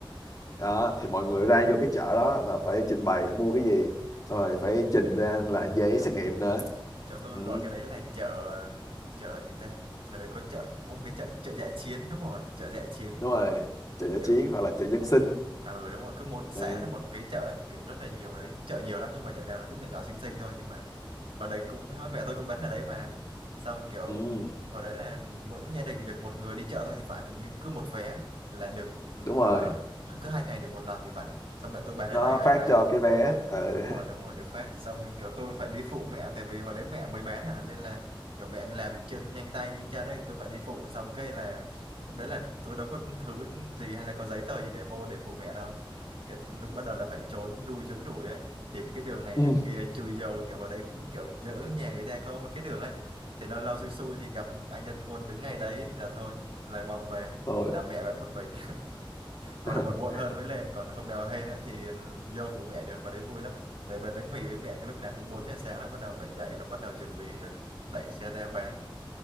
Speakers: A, on the left; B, on the right.
A: đó thì mọi người ra vô cái chợ đó là phải trình bày mua cái gì xong rồi phải trình ra là giấy
B: chợ
A: xét nghiệm nữa
B: chợ tôi
A: ừ.
B: gọi cái đấy là chợ chợ gì ta chợ đấy có chợ có một cái chợ chợ dã chiến đúng rồi chợ dã chiến
A: đúng rồi chợ giải
B: kiểu
A: chiến hoặc là chợ dân sinh
B: ờ đúng rồi cứ mỗi xã
A: Đấy.
B: là một cái chợ ấy kiểu rất là nhiều ở đấy chợ nhiều lắm nhưng mà chợ nào nó cũng nhỏ nhỏ xinh xinh thôi nhưng mà hồi đấy cũng mẹ tôi cũng bán ở đấy mà xong kiểu
A: ừ.
B: ừm, hồi đấy là mỗi gia đình được một người đi chợ thôi thì phải hình như cứ một vé là được ừm,
A: đúng rồi
B: à, cứ hai ngày được một lần thì phải xong mẹ tôi bán
A: nó
B: ở đấy á
A: phát
B: là
A: cho cái vé ừ.
B: đúng rồi đúng rồi được phát xong kiểu tôi phải đi phụ mẹ tại vì hồi đấy mẹ mới bán à nên là kiểu mẹ làm chân nhanh tay nhanh chân ấy tôi phải đi phụ xong cái là lúc đấy là tôi đâu có thứ gì hay là có giấy tờ gì để vô để phụ mẹ đâu cái lúc bắt đầu là phải trốn ru trốn rủi ấy tìm cái đường này
A: ừ.
B: đường kia chui vô kiểu hồi đấy cũng kiểu giữa nhà người ta có một cái đường ấy thì lâu lâu xui xui thì gặp anh dân quân đứng ngay đấy là thôi là vòng về
A: thôi
B: là mẹ bán một mình hoặc
A: <laughs>
B: là buồn muộn hơn mới lên còn hôm nào hên ấy thì vô phụ mẹ được vào đấy vui lắm để bán bánh mì với mẹ cái lúc nào cũng 4 giờ sáng là bắt đầu phải dậy là bắt đầu chuẩn bị rồi đẩy xe ra bán